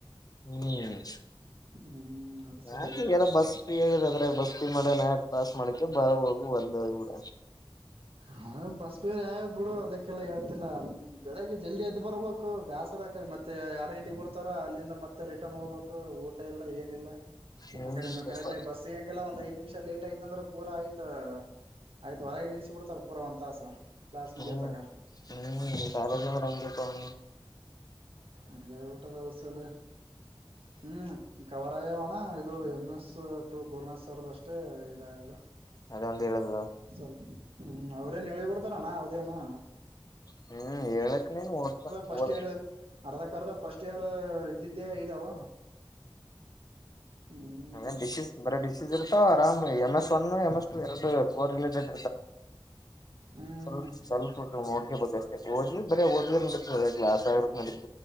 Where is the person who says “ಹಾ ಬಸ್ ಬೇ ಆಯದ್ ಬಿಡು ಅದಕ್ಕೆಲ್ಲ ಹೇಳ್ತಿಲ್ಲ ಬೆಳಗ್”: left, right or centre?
Right